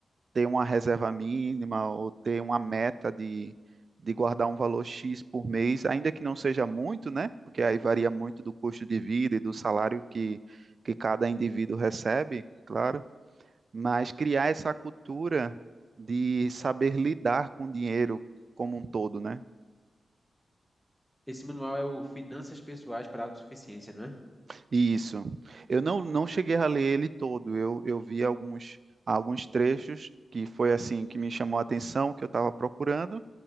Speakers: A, on the right; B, in the centre.
A: ter uma reserva mínima ou ter uma meta de de guardar um valor X por mês, ainda que não seja muito, né? Porque aí varia muito do custo de vida e do salário que que cada indivíduo recebe, claro mas criar essa cultura de saber lidar com o dinheiro como um todo, né?
B: Esse manual é o Finanças Pessoais para a Autossuficiência, não é?
A: Isso. Eu não, não cheguei a ler ele todo, eu, eu vi alguns, alguns trechos que foi assim que me chamou a atenção, que eu estava procurando,